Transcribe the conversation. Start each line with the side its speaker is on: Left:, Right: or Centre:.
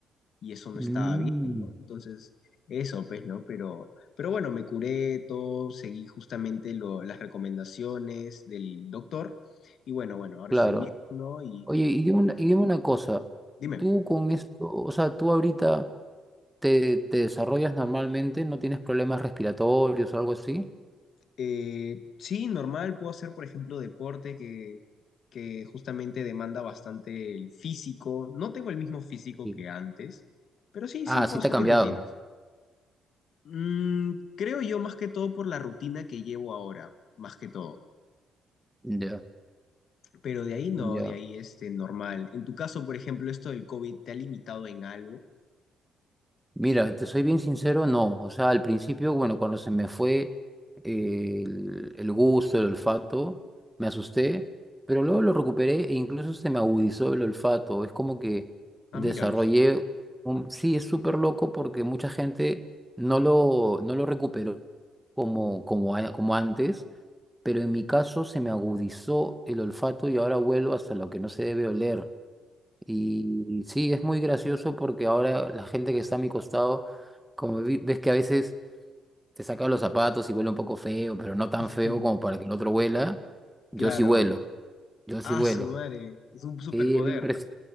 Left: y eso no
Centre: Mm,
Left: estaba bien, ¿no? Entonces, eso, pues, ¿no? Pero, pero bueno, me curé todo, seguí justamente lo- las recomendaciones del doctor y bueno, bueno, ahora
Centre: claro.
Left: estoy bien, ¿no? Y
Centre: Oye, y dime una,
Left: eso.
Centre: y dime una cosa,
Left: Dime,
Centre: tú con esto, o sea, tú ahorita te, te desarrollas normalmente, no tienes problemas respiratorios o algo así.
Left: eh, sí, normal, puedo hacer, por ejemplo, deporte que, que justamente demanda bastante el físico. No tengo el mismo físico
Centre: Sí.
Left: que antes, pero sí,
Centre: Ah,
Left: sí, puedo
Centre: sí
Left: hacer
Centre: te ha cambiado.
Left: mis rutinas. Mm, creo yo más que todo por la rutina que llevo ahora, más que todo.
Centre: Ya,
Left: Pero de ahí no,
Centre: ya.
Left: de ahí este normal. En tu caso, por ejemplo, esto del COVID te ha limitado en algo.
Centre: Mira, te soy bien sincero, no. O sea, al principio, bueno, cuando se me fue eh, el, el gusto, el olfato, me asusté, pero luego lo recuperé e incluso se me agudizó el olfato. Es como que
Left: Ah,
Centre: desarrollé
Left: mira,
Centre: un... Sí, es súper loco porque mucha gente no lo, no lo recuperó como, como, a- como antes, pero en mi caso se me agudizó el olfato y ahora vuelvo hasta lo que no se debe oler. Y sí, es muy gracioso porque ahora la gente que está a mi costado, como vi- ves que a veces te saca los zapatos y huele un poco feo, pero no tan
Left: <laughs>
Centre: feo como para que el otro huela, yo
Left: claro.
Centre: sí huelo, yo sí
Left: Ah,
Centre: huelo.
Left: su madre, es un superpoder.
Centre: Sí, es bien pres-